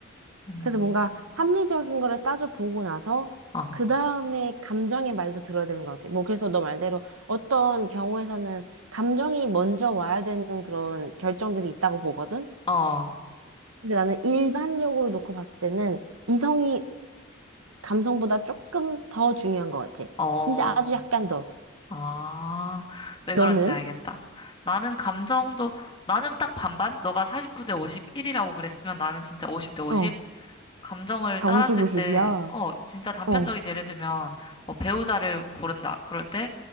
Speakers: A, on the left (about 25°); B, on the right (about 80°).
A: 음,
B: 그래서 뭔가 합리적인 거를 따져보고 나서
A: 어,
B: 그 다음에 감정의 말도 들어야 되는 것 같아. 뭐, 그래서 너 말대로 어떤 경우에서는 감정이 먼저 와야 되는 그런 결정들이 있다고 보거든?
A: 어,
B: 근데 나는 일반적으로 놓고 봤을 때는 이성이 감성보다 조금 더 중요한 것 같아.
A: 어,
B: 진짜 아주 약간 더.
A: 아, 왜
B: 너는?
A: 그런지 알겠다. 나는 감정도, 나는 딱 반반? 너가 49대 51이라고 그랬으면 나는 진짜 50대 50?
B: 어.
A: 감정을
B: 아,
A: 따랐을
B: 50, 50이야.
A: 때, 어, 진짜 단편적인
B: 어.
A: 예를 들면, 뭐 배우자를 고른다. 그럴 때,